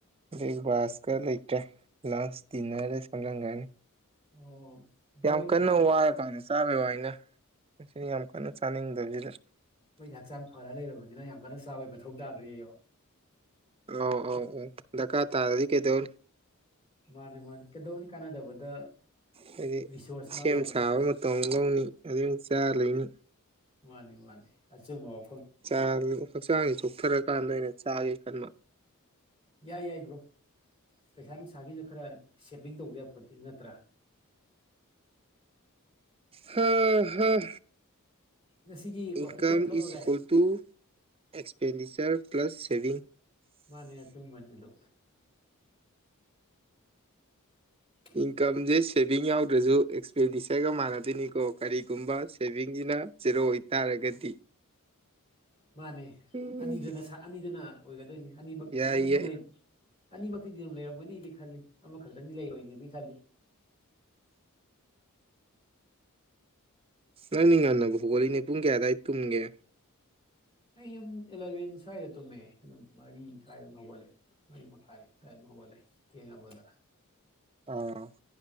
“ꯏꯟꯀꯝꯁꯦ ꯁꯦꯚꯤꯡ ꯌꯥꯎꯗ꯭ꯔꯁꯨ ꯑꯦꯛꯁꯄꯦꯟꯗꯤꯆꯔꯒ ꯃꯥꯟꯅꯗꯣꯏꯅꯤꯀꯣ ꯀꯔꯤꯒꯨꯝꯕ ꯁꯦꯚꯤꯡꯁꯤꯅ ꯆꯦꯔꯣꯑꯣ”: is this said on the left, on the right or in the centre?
Right